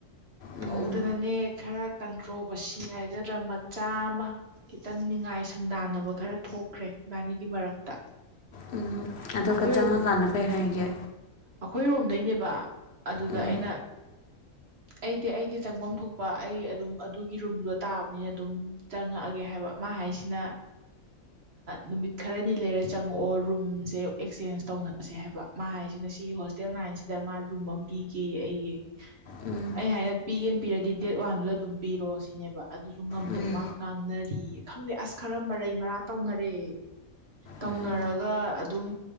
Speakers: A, on the left (about 55°); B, on the right (about 50°).
A: ꯎꯝ
B: ꯇꯧꯗꯅꯅꯦ ꯈꯔ ꯀꯟꯇ꯭ꯔꯣ ꯕꯁꯤ ꯍꯥꯏꯒꯗ꯭ꯔꯥ ꯃꯆꯥ ꯑꯃ ꯈꯤꯇꯪ ꯅꯤꯉꯥꯏ ꯁꯪꯗꯥꯟꯅꯕ ꯈꯔ ꯊꯣꯛꯈ꯭ꯔꯦ ꯏꯕꯥꯅꯤꯒꯤ ꯃꯔꯛꯇ
A: ꯎꯝ ꯑꯗꯨꯒ
B: ꯑꯩꯈꯣꯏꯔꯣꯝ
A: ꯆꯪꯉꯀꯥꯟꯗ ꯀꯩ ꯍꯥꯏꯒꯦ
B: ꯑꯩꯈꯣꯏꯔꯣꯝꯗꯩꯅꯦꯕ ꯑꯗꯨꯗ
A: ꯎꯝ
B: ꯑꯩꯅ ꯑꯩꯗꯤ ꯑꯩꯒꯤ ꯆꯪꯐꯝ ꯊꯣꯛꯄ ꯑꯩ ꯑꯗꯨꯝ ꯑꯗꯨꯒꯤ ꯔꯨꯝꯗꯣ ꯇꯥꯕꯅꯤꯅ ꯑꯗꯨꯝ ꯆꯪꯉꯛꯑꯒꯦ ꯍꯥꯏꯕ ꯃꯥ ꯍꯥꯏꯁꯤꯅ ꯅꯨꯃꯤꯠ ꯈꯔꯅꯤ ꯂꯩꯔ ꯆꯪꯉꯛꯑꯣ ꯔꯨꯝꯁꯦ ꯑꯦꯛꯆꯦꯟꯁ ꯇꯧꯅꯁꯦ ꯍꯥꯏꯕ ꯃꯥ ꯍꯥꯏꯁꯤꯅ ꯁꯤꯒꯤ ꯍꯣꯁꯇꯦꯜ ꯅꯥꯏꯟꯁꯤꯗ ꯃꯥ ꯔꯨꯝ ꯑꯃ ꯄꯤꯒꯦꯌꯦ ꯑꯩꯒꯤ
A: ꯎꯝ
B: ꯑꯩꯅ ꯍꯥꯏꯅ ꯄꯤꯒꯦꯅ ꯄꯤꯔꯗꯤ ꯗꯦꯠ ꯋꯥꯟꯗꯨꯗ ꯑꯗꯨꯝ ꯄꯤꯔꯣꯑꯣ ꯁꯤꯅꯦꯕ ꯑꯗꯨꯁꯨ ꯉꯝꯗꯕ
A: ꯎꯝ
B: ꯃꯥ ꯉꯥꯡꯅꯔꯤꯌꯦ ꯈꯪꯗꯦ ꯑꯁ ꯈꯔ ꯃꯔꯩ ꯃꯔꯥ ꯇꯧꯅꯔꯦ ꯇꯧꯅꯔꯒ
A: ꯎꯝ
B: ꯑꯗꯨꯝ